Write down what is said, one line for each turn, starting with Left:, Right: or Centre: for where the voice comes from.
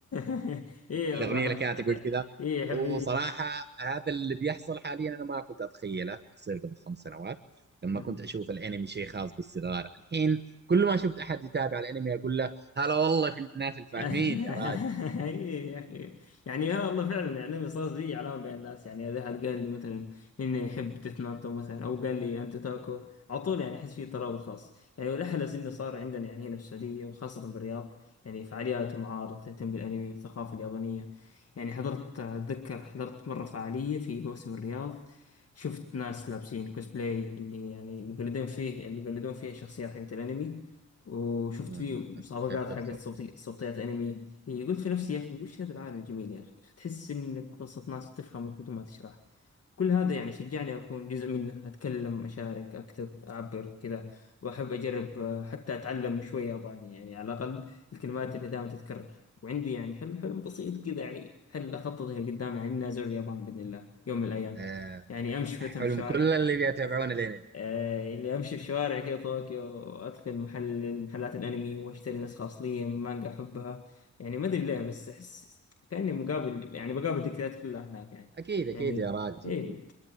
Left: <laughs> اي والله
Right: الاغنيه
Left: احب
Right: اللي كانت
Left: أح-
Right: تقول كذا
Left: اي
Right: وصراحه
Left: احب
Right: هذا اللي بيحصل حاليا انا ما كنت اتخيله يصير قبل خمس سنوات لما
Left: إي.
Right: كنت اشوف الانمي شيء خاص بالصغار الحين كل ما شفت احد يتابع الانمي اقول له هلا والله في الناس الفاهمين
Left: <laughs> إيه
Right: يا راجل
Left: يا اخي يعني ها والله فعلا يعني صار زي علامه بين الناس يعني اذا احد قال لي مثلا اني يحب ديث نوت او مثلا او قال لي انت تاكو على طول يعني احس في ترابط خاص يعني والاحلى انه صار عندنا يعني هنا في السعوديه وخاصه بالرياض يعني فعاليات ومعارض تهتم بالانمي والثقافه اليابانيه يعني حضرت اتذكر حضرت مره فعاليه في موسم الرياض شفت ناس لابسين كوسبلاي اللي يعني اللي يقلدون فيه اللي يقلدون فيه شخصيات حقت الانمي وشفت
Right: أمم.
Left: فيه مسابقات
Right: شفتوا
Left: حقت صوتي صوتيات انمي يعني قلت في نفسي يا اخي وش هذا العالم الجميل يا اخي تحس انك وسط ناس تفهمك بدون ما تشرح كل هذا يعني شجعني اكون جزء منه اتكلم اشارك اكتب اعبر كذا واحب اجرب آه، حتى اتعلم شوي ياباني يعني على الاقل الكلمات اللي دائما تتكرر وعندي يعني حل حلم بسيط كذا يعني حل اخطط اللي قدامي يعني اني ازور اليابان باذن الله يوم من الايام
Right: آه،
Left: يعني امشي
Right: حلم
Left: مثلا في شوارع
Right: كل اللي بيتابعون الانمي
Left: آه، اللي امشي في شوارع كده طوكيو وادخل محل محلات الانمي واشتري نسخة اصلية من مانجا احبها يعني ما ادري ليه بس احس كاني مقابل يعني بقابل ذكريات كلها هناك يعني
Right: اكيد اكيد
Left: يعني
Right: يا راجل
Left: ايه